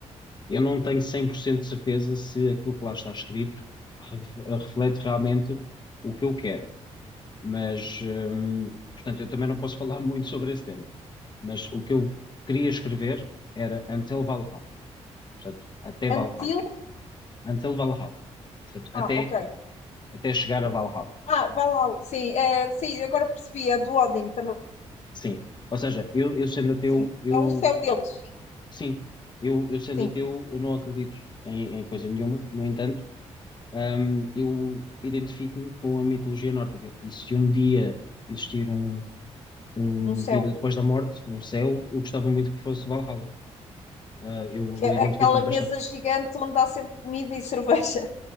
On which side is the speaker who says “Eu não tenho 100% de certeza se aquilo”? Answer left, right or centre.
Left